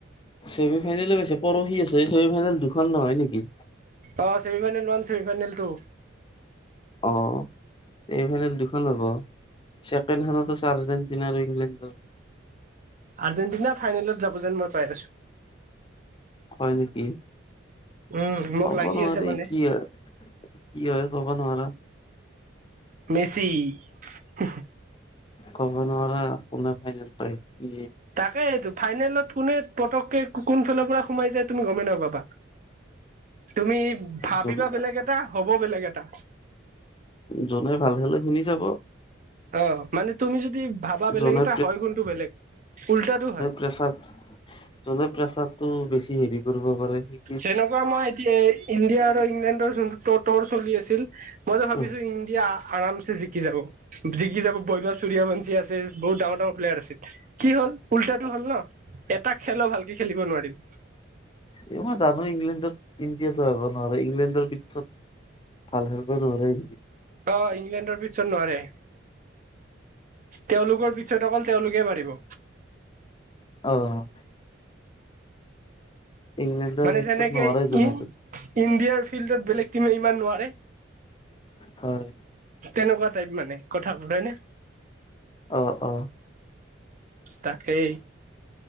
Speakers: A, on the left; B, on the right.
A: ছেমি ফাইনেল পাইছে পৰহি আছে ছেমি ফাইনেল দুখন নহয় নেকি?
B: অঁ semi final one semi final two.
A: অ ছেমি ফাইনেল দুখন হ'ব ছেকেণ্ড খানত আছে আৰ্জেণ্টিনা আৰু ইংলেণ্ডৰ
B: আৰ্জেণ্টিনা ফাইনেলত যাব যেন মই পাই আছো।
A: হয়ঁ নেকি?
B: উম মোক
A: কব
B: লাগি
A: নোৱাৰি
B: আছে মানে
A: কি হয় কি হয় ক'ব নোৱাৰা।
B: মেচি হো
A: ক'ব নোৱাৰা কোনে ফাইনেল পাই পি
B: তাকে এইটো ফাইনেলত কোনে পতককে কোন ফালৰ পৰা সোমাই যায় তুমি গমেই নাপাবা। তুমি ভাবিবা
A: যোনে
B: বেলেগ এটা হ'ব বেলেগ এটা।
A: যোনে ভাল হ'লে শুনি যাব।
B: অঁ মানে তুমি যদি ভাবা বেলেগ
A: যোনে
B: এটা হয়ঁ গুণটো বেলেগ উল্টাটো হয়ঁ।
A: প্ৰছাদ জলে প্ৰেচাৰটো বেছি হেৰি কৰিব পাৰে নি।
B: চেনেকাৱা মই এতিয়া ইণ্ডিয়া আৰু ইংলেণ্ডৰ যোন ত তৰ চলি আছিল মই যে ভাবিছো
A: উম
B: ইণ্ডিয়া আৰামছে জিকি যাব। জিকি যাব বৈভৱ সূৰ্যবংশী আছে বহুত ডাঙৰ ডাঙৰ প্লেয়াৰ আছে। কি হ'ল উল্টাটো হ'ল ন এটা খেলো ভালকে খেলিব নোৱাৰিল।
A: ইহত দাদা ইংলেণ্ডত ইণ্ডিয়া যাব নোৱাৰে ইংলেণ্ডৰ পিটচত ভাল খেলবা নোৱাৰে।
B: অঁ ইংলেণ্ডৰ পিটচত নোৱাৰে। তেওঁলোকৰ পিচত অকল তেওঁলোকে পাৰিব।
A: অঁ! ইংলেণ্ডৰ
B: মানে
A: পিছত
B: যেনেকে
A: নোৱাৰে
B: ই
A: যোনে
B: ইণ্ডিয়াৰ ফিল্ডত বেলেগ টিমে ইমান নোৱাৰে।
A: হয়ঁ!
B: তেনেকুৱা টাইপ মানে কথাবোৰ হয়নে?
A: অঁ অঁ!
B: তাকেই।